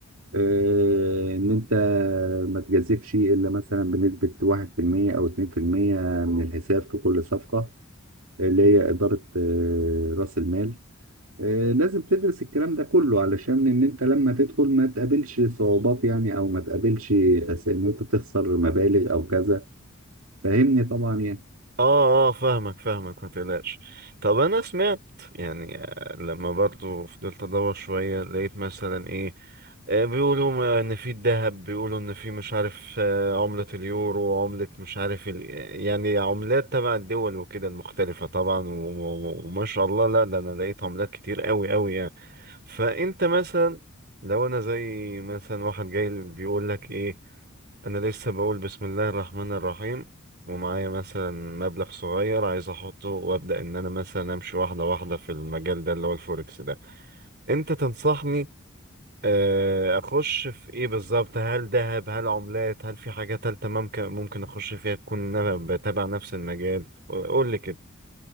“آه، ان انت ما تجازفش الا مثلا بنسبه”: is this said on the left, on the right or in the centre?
Right